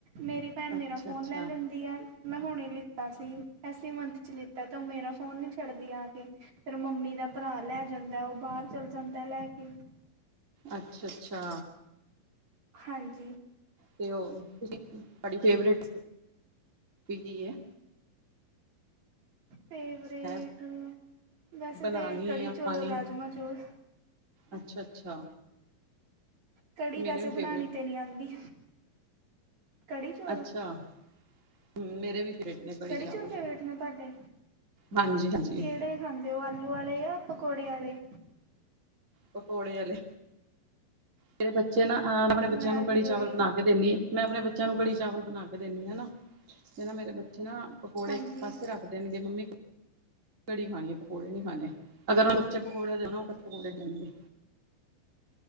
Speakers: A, on the right; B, on the right.
A: ਮੇਰੀ, ਭੈਣ ਮੇਰਾ
B: ਅੱਛਾ
A: ਫੋਨ
B: ਅੱਛਾ
A: ਲੈ ਲੈਂਦੀ ਹੈ, ਮੈਂ ਹੁਣੇ ਲਿੱਤਾ ਸੀ, ਐਸੀ ਮੰਥ 'ਚ ਲਿੱਤਾ ਤੇ ਉਹ ਮੇਰਾ ਫੋਨ ਨਹੀਂ ਛੱਡਦੀਆਂ ਆ ਕੇ, ਫਿਰ ਮੰਮੀ ਦਾ ਭਰਾ ਲੈ ਜਾਂਦਾ, ਉਹ ਬਾਹਰ ਚੱਲ ਜਾਂਦਾ ਲੈ ਕੇ,
B: ਅੱਛਾ- ਅੱਛਾ
A: ਹਾਂਜੀ
B: ਤੇ ਉਹ, ਤੁਸੀਂ, ਤੁਹਾਡੀ ਫੇਵਰੇਟੀ ਹੋਬੀ ਕੀ ਹੈ,
A: ਫੇਵਰੇਟ,
B: ਹੈ
A: ਵੈਸੇ
B: ਬਣਾਣੀ
A: ਤਾਂ ਕੜ੍ਹੀ
B: ਜਾਂ
A: ਚੌਲ,
B: ਖਾਣੀ
A: ਰਾਜਮਹ ਚੌਲ,
B: ਅੱਛਾ -ਅੱਛਾ,
A: ਕੜੀ ਵੈਸੇ
B: ਮੇਰੇ ਵੀ
A: ਬਣਾਉਣੀ
B: ਫੇਵਰੇਟ
A: ਤੇ ਨਹੀਂ ਆਉਂਦੀ, ਕੜੀ ਚੌਲ
B: ਅੱਛਾ, ਹ ਮੇਰੇ ਵੀ, ਫੇਵਰੇਟ ਨੇ
A: ਕੜੀ
B: ਚਾਵਲ
A: ਚੌਲ ਫੇਵਰੇਟ ਨੇ ਤੁਹਾਡੇ,
B: ਹਾਂਜੀ ਹਾਂਜੀ
A: ਕਿਹੜੇ ਹਾਂਜੀ, ਤੇ ਉਹ ਆਲੂ ਵਾਲੇ, ਪਕੌੜੇ ਵਾਲੇ,
B: ਪਕੌੜੇ ਵਾਲੇ, ਤੇਰੇ ਬੱਚੇ ਨਾ ਹ ਆਪਣੇ ਬੱਚਿਆਂ
A: ਮੈਂ
B: ਨੂੰ
A: ਵੀ
B: ਕੜੀ ਚਾਵਲ
A: ਉਹੀ
B: ਬਣਾ ਕੇ ਦਿੰਦੀ ਹ, ਮੈਂ ਆਪਣੇ ਬੱਚਿਆਂ ਨੂੰ ਕੜੀ ਚਾਵਲ ਬਣਾ ਕੇ ਦਿੰਦੀ ਆ ਨਾ ਕਹਿੰਦੇ ਮੇਰੇ ਬੱਚੇ ਨਾ ਪਕੌੜੇ
A: ਹਾਂਜੀ
B: ਇੱਕ ਪਾਸੇ ਰੱਖਦੇ ਨੇਗੇ ਮੰਮੀ ਘੜੀ ਖਾਣੀ ਹੈ, ਪਕੌੜੇ ਨੀ ਖਾਣੇ, ਅਗਰ ਉਹ ਬੱਚੇ ਪਕੌੜੇ ਦੇ ਦੋ ਉਹ ਪਕੌੜੇ ਖਾਣਗੇ